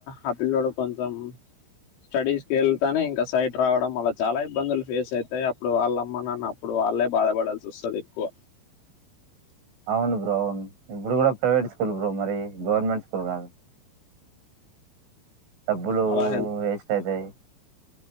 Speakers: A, on the left (about 85°); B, on the right (about 80°).
A: ఆ పిల్ల్లోడు కొంచెం స్టడీస్కి వెళ్తానే, ఇంకా సైట్ రావడం వల్ల చాలా ఇబ్బందులు ఫేస్ అయితాయ్. అప్పుడు వాళ్ళ అమ్మానాన్న అప్పుడు వాళ్ళే బాధపడాల్సి వస్తాది. ఎక్కువ
B: అవును బ్రో అవును ఇప్పుడు కూడా ప్రైవేట్ స్కూల్ బ్రో మరి గవర్నమెంట్ ఇప్పుడు కాదు డబ్బులు
A: అలా
B: వేస్ట్ అయితాయ్